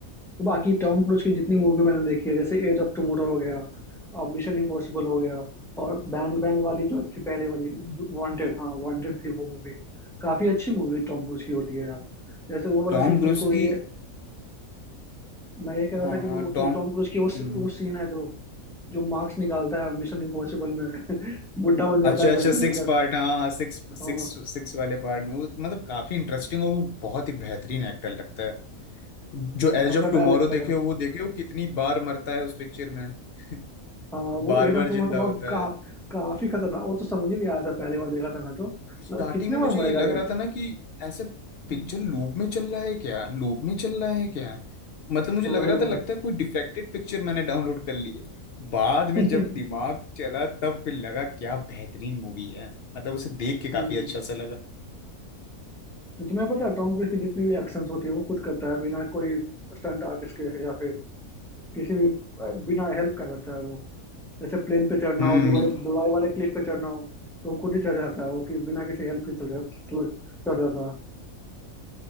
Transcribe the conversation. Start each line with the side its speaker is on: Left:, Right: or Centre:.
Centre: तो बाकी टॉम क्रूज की जितनी मूवी मैंने देखी है जैसे एज ऑफ टुमारो हो गया और मिशन इम्पॉसिबल हो गया और बैंग बैंग वाली जो थी पहले वाली जो वांटेड हाँ वांटेड थी वो मूवी काफी अच्छी मूवी टॉम क्रूज की होती है यार जैसे वो वाला
Left: टॉम
Centre: सीन
Left: क्रूज
Centre: तुमको ये
Left: की
Centre: मैं ये कह रहा
Left: हाँ
Centre: था कि
Left: हाँ,
Centre: वो
Left: टॉम
Centre: जो टॉम क्रूज की वो सी-
Left: हम्म,
Centre: वो सीन है जो जो मार्क्स निकालता है मिशन इम्पॉसिबल में <laughs> बुढ़ा बन जाता
Left: अच्छा
Centre: है कभी
Left: अच्छा
Centre: कभी
Left: सिक्स
Centre: का
Left: पार्ट हाँ हाँ सिक्स
Centre: हाँ
Left: सिक्स सिक्स वाले पार्ट में वो मतलब काफी इंटरेस्टिंग और वो बहुत ही बेहतरीन एक्टर लगता है जो एज
Centre: वर्सटाइल
Left: ऑफ टुमारो
Centre: लगता
Left: देखे
Centre: था
Left: हो वो देखे हो कितनी बार मरता है उस पिक्चर में <laughs>
Centre: हाँ वो
Left: बार
Centre: एज
Left: बार
Centre: ऑफ टुमारो
Left: जिंदा
Centre: तो बहुत
Left: होता
Centre: का,
Left: है
Centre: काफी खतरनाक वो तो समझ ही नहीं आया था पहली बार देखा था मैं तो मतलब
Left: स्टार्टिंग
Centre: कितने
Left: में
Centre: बार
Left: मुझे
Centre: मरेगा
Left: ये लग रहा था ना कि ऐसे पिक्चर
Centre: हम्म
Left: लूप में चल रहा है क्या लूप में चल रहा है क्या मतलब मुझे
Centre: वही
Left: लग रहा
Centre: वही
Left: था लगता है कोई डिफेक्टेड पिक्चर मैंने डाउनलोड कर ली है बाद में
Centre: <laughs>
Left: जब दिमाग चला तब फिर लगा क्या बेहतरीन मूवी है मतलब उसे देख के काफी
Centre: हम्म
Left: अच्छा सा लगा
Centre: तुम्हें पता है टॉम क्रूज की जितनी भी एक्शंस होती है वो खुद करता है बिना कोई स्टंट आर्टिस्ट के या फिर किसी भी बिना हेल्प का करता है वो जैसे प्लेन पे चढ़ना
Left: हम्म
Centre: हो दुबई दुबई वाले क्लिफ पे चढ़ना हो तो वो खुद ही चढ़ जाता है वो कि बिना किसी हेल्प के चल जा- चल- चढ़ जाता है